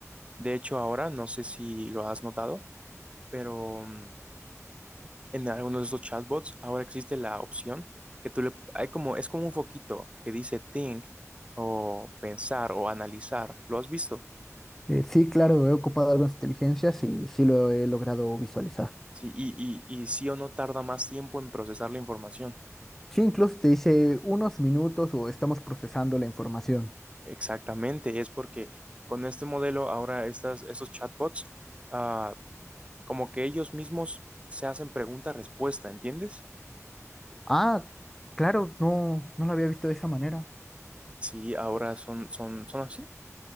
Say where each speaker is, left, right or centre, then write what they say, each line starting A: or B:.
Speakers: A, on the right (about 20°); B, in the centre.
A: De hecho, ahora, no sé si lo has notado, pero mm, en algunos de esos chatbots ahora existe la opción que tú le... Hay como, es como un foquito que dice think o pensar o analizar. ¿Lo has visto?
B: Eh, sí, claro, he ocupado algunas inteligencias y sí lo he logrado visualizar.
A: Sí, y, y, y sí o no tarda más tiempo en procesar la información.
B: Sí, incluso te dice unos minutos o estamos procesando la información.
A: Exactamente, es porque con este modelo ahora estas, estos chatbots, ah, como que ellos mismos se hacen pregunta-respuesta, ¿entiendes?
B: Ah, claro, no, no lo había visto de esa manera.
A: Sí, ahora son, son, son así,